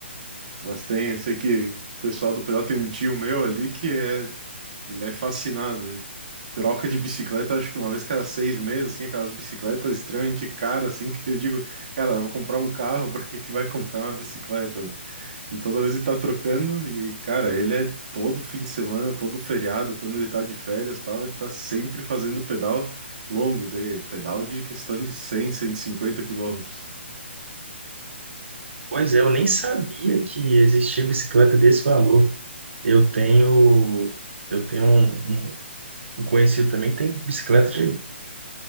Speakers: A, on the right; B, on the right.
A: Mas tem, eu sei que o pessoal do pedal tem um tio meu ali que é, ele é fascinado. Ele troca de bicicleta, acho que uma vez cada seis meses, assim, aquelas bicicletas extremamente caras, assim, <laughs> que eu digo, cara, eu vou comprar um carro, <laughs> pra que que vai comprar uma bicicleta? E toda vez ele tá trocando, e, cara, ele é todo fim de semana, todo feriado, quando ele tá de férias e tal, ele tá sempre fazendo pedal longo, de pedal de questão de cem cento e cinquenta quilômetros.
B: Pois é, eu nem sabia que existia bicicleta desse valor. Eu tenho, eu tenho um, um um conhecido também que tem bicicleta de